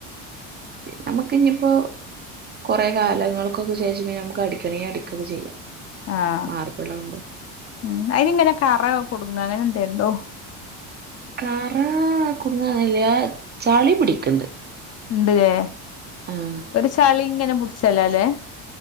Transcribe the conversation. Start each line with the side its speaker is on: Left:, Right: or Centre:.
Right: പിന്നെ നമുക്ക് ഇനിയിപ്പോ- കുറെ കാലങ്ങൾക്കൊക്കെ ശേഷം നമുക്ക് അടിക്കണങ്കി അടിക്കൊക്കെ ചെയ്യാം
Left: ആഹ്
Right: മാർബിളാകുമ്പോ
Left: ഉം അയിനി ഇങ്ങനെ കറ കൊടുങ്ങ അങ്ങനെ എന്തെണ്ടോ
Right: കറ കുടുങ്ങല്ല ചളി പിടിക്കണ്ട്
Left: ഉണ്ട്ല്ലേ
Right: ആഹ്
Left: ഒരു ചളി ഇങ്ങനെ പിടിച്ചാലോ അല്ലേ